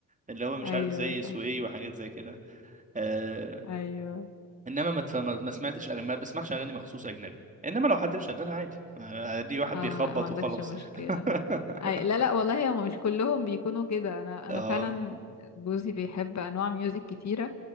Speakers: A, on the right; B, on the left.
A: اللي هو مش
B: ايوه
A: عارف زي
B: صح
A: سوي وحاجات زي كده آه
B: ايوه
A: انما ما, تف- ما ما سمعتش أغاني- ما بسمعش اغاني مخصوص اجنبي انما لو حد مشغلها عادي آه، عادي واحد
B: اه
A: بيخبط
B: ما عندكش
A: وخلاص
B: مشكلة
A: <laughs>
B: أي لا لا والله هم مش كلهم بيكونوا كده انا
A: اه
B: انا فعلا جوزي بيحب انواع ميوزك كتيره